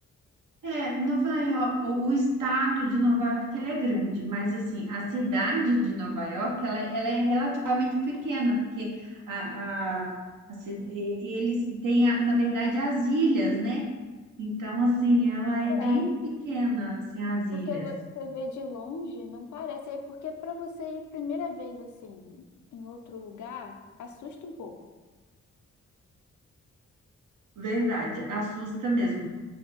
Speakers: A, on the right (about 70°); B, on the left (about 65°).
A: É, Nova York, o o estado de Nova York ele é grande, mas assim, a cidade de Nova York ela, ela é relativamente pequena, porque a, a, a ci- e- eles têm, a- na verdade, as ilhas, né? Então, assim, ela é
B: É,
A: bem pequena, assim, as ilhas.
B: porque você vê de longe, não parece. É Porque para você ir primeira vez, assim, em outro lugar, assusta um pouco.
A: Verdade, assusta mesmo.